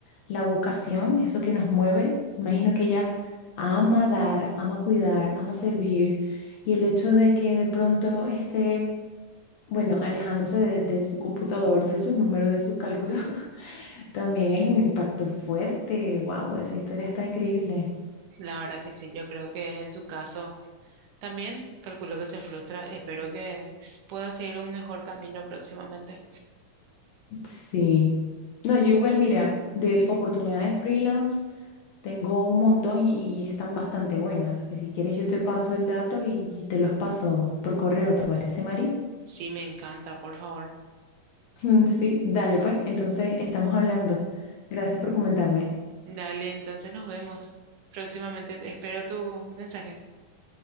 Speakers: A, on the left (about 70°); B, on the right (about 80°).
A: la vocación, eso que nos mueve. Imagino que ella ama dar, ama cuidar, ama servir. Y el hecho de que de pronto esté, bueno, alejándose de, de su computador, de sus números, de sus cálculos, <laughs> también es un impacto fuerte. Wow, esa historia está increíble.
B: La verdad que sí, yo creo que en su caso también calculo que se frustra. Espero que s- pueda seguir un mejor camino próximamente.
A: Sí. No, yo igual, mira, de oportunidades freelance tengo un montón y, y están bastante buenas. Que si quieres yo te paso el dato y, y te los paso por correo, ¿te parece, Mari?
B: Sí, me encanta, por favor.
A: <laughs> Sí, dale pues, entonces estamos hablando. Gracias por comentarme.
B: Dale, entonces nos vemos. Próximamente espero tu mensaje.